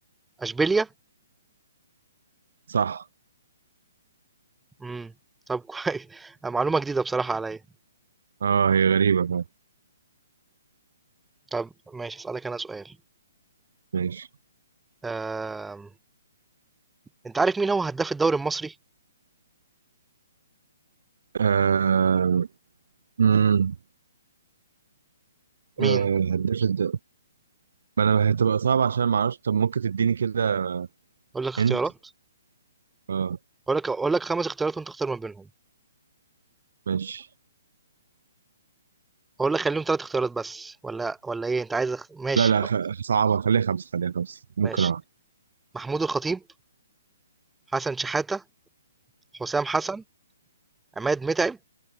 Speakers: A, in the centre; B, on the right.
A: اشبيليا
B: صح
A: امم طب <laughs> كويس آه، معلومه جديده بصراحه عليا
B: اه هي غريبه فعلا
A: طب ماشي اسالك انا سؤال
B: ماشي
A: آه انت عارف مين هو هداف الدوري المصري
B: آه... امم
A: مين
B: آه... هداف الد- ما انا هتبقى صعبه عشان ما اعرفش طب ممكن تديني كده
A: اقول لك اختيارات
B: انت اه
A: اقول لك اقول لك خمس اختيارات وانت اختار ما بينهم
B: ماشي
A: اقول لك خليهم ثلاث اختيارات بس ولا ولا ايه انت عايز أخ... ماشي
B: لا لا
A: خلاص
B: خ... صعبه خليها خمسه خليها خمسه ممكن
A: ماشي
B: اعرف
A: محمود الخطيب حسن شحاتة حسام حسن عماد متعب